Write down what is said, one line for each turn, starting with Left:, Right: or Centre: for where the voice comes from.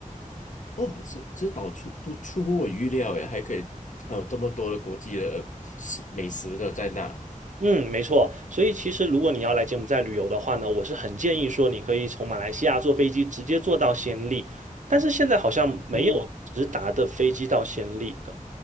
Left: 哦，这这岛出都出乎我预料诶，还可以，还有这么多的国际的食美食的在那。
Right: 嗯，没错。所以其实如果你要来柬埔寨旅游的话呢，我是很建议说你可以从马来西亚坐飞机直接坐到暹粒，但是现在好像没有直达的飞机到暹粒的，
Left: 嗯，